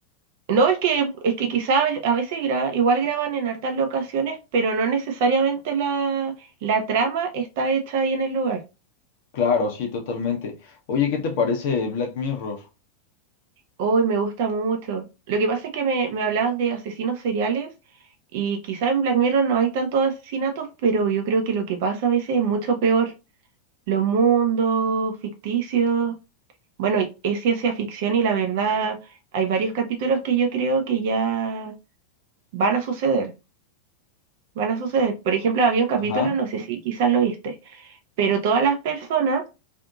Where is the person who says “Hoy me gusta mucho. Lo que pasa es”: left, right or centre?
Right